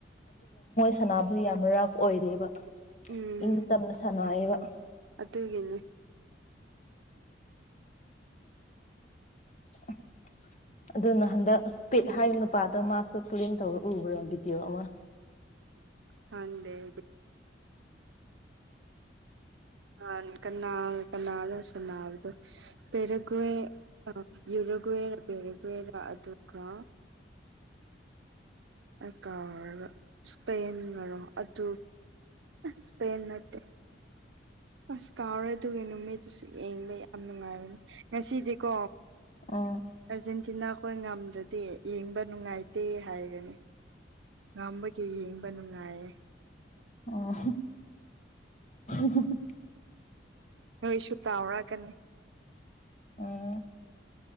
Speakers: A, on the left; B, on the right.
A: ꯁꯅꯥꯕꯨ ꯌꯥꯝꯅ ꯔꯐ ꯑꯣꯏꯔꯦꯕ
B: ꯎꯝ
A: ꯏꯪ ꯇꯝꯅ ꯁꯅꯉꯑꯕ
B: ꯑꯗꯨꯒꯤꯅꯤ
A: <inaudible> ꯑꯗꯨꯅ ꯍꯟꯗꯛ ꯏꯁꯄꯤꯠ ꯍꯥꯏꯕ ꯅꯨꯄꯥꯗꯣ ꯃꯥꯁꯨ ꯀ꯭ꯂꯤꯟ ꯇꯧꯔ ꯎꯕ꯭ꯔꯣ ꯚꯤꯗꯤꯑꯣ ꯑꯃ
B: ꯊꯗꯦꯗꯤ ꯑ ꯀꯅꯥ ꯀꯅꯥꯜꯣ ꯁꯅꯥꯕꯗ ꯄꯔꯒꯋꯦ ꯑ ꯌꯨꯔꯒꯋꯦꯔ ꯄꯦꯔꯒꯋꯦꯔ ꯑꯗꯨꯒ ꯀꯥ ꯑꯣꯏꯔꯒ ꯏꯁꯄꯦꯟ ꯉꯔꯣ ꯑꯗꯨ ꯁꯄꯦꯟ ꯃꯠꯇꯦ ꯑꯁ ꯀꯥꯎꯔꯦ ꯑꯗꯨꯒꯒꯤ ꯅꯨꯃꯤꯠꯇꯨꯁꯨ ꯌꯦꯡꯕ ꯌꯥꯝ ꯅꯨꯡꯉꯥꯏꯕꯅꯦ ꯉꯁꯤꯗꯤꯀꯣ
A: ꯎꯝ
B: ꯑꯔꯖꯦꯟꯇꯤꯅꯥꯈꯣꯏ ꯉꯝ ꯑꯗꯨꯗꯤ ꯌꯦꯡꯕ ꯅꯨꯡꯉꯥꯏꯇꯦ ꯍꯥꯏꯒꯅꯤ ꯉꯝꯕꯒꯤ ꯌꯦꯡꯕ ꯅꯨꯡꯉꯥꯏ ꯍꯥꯏ
A: ꯑ
B: ꯅꯣꯏꯁꯨ ꯇꯥꯎꯔꯛꯀꯅꯤ
A: ꯑ